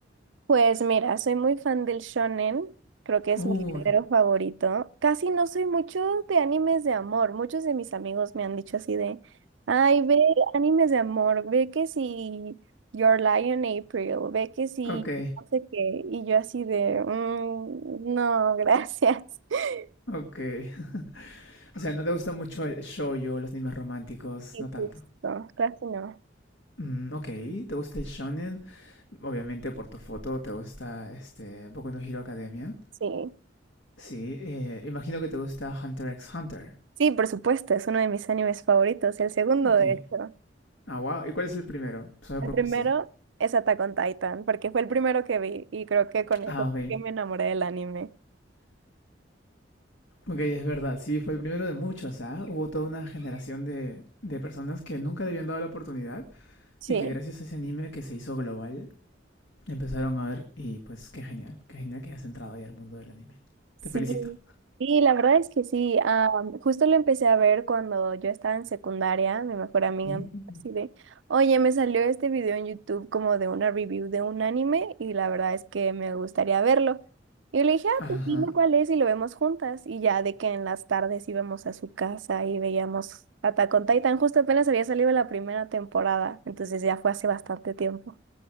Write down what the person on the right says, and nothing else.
Pues mira, soy muy fan del shonen, creo que es
mi género favorito. Casi no soy mucho de animes de amor, muchos de mis amigos me han dicho así de, ay, ve animes de amor, ve que si Your Lion April, ve que si
no sé qué, y yo así de, "Mm, no, gracias. <laughs>
Y
justo, casi no,
sí.
Sí, por supuesto, es uno de mis animes favoritos, el segundo
de hecho.
El
primero
es Attack on Titan, porque fue el primero que vi y creo que con eso
fue que me enamoré del anime.
Sí.
Sí,
sí, la verdad es que sí. ah, justo lo empecé a ver cuando yo estaba en secundaria. Mi mejor amiga
me dijo así de, oye, me salió este video en YouTube como de una review de un anime y la verdad es que me gustaría verlo. Y yo le dije, ah,
pues dime cuál es y lo vemos juntas. Y ya de que en las tardes íbamos a su casa y veíamos Attack on Titan. Justo apenas había salido la primera temporada, entonces ya fue hace bastante tiempo.